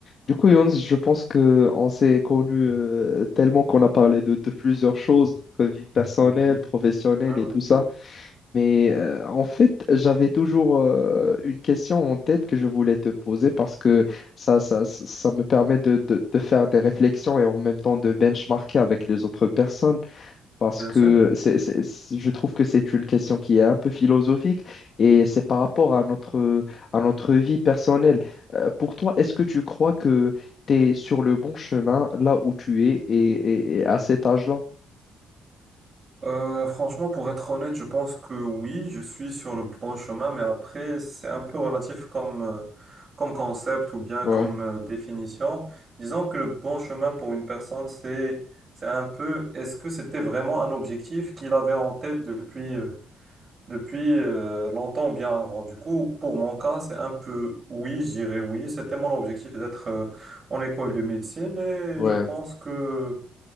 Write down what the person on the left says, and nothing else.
Du coup, Younes, je pense que on s'est connus euh, tellement qu'on a parlé de, de plusieurs choses, notre vie personnelle,
professionnelle
et tout ça. Mais euh, en fait, j'avais toujours euh, une question en tête que je voulais te poser parce que ça, ça, ça ça me permet de, de, de faire des réflexions et en même temps de benchmarker avec les autres personnes parce
que
c'est, c'est- c'est- je trouve que c'est une question qui est un peu philosophique et c'est par rapport à notre, à notre vie personnelle. Euh, pour toi, est-ce que tu crois que tu es sur le bon chemin là où tu es et, et- et à cet âge-là?
Ouais,
ouais.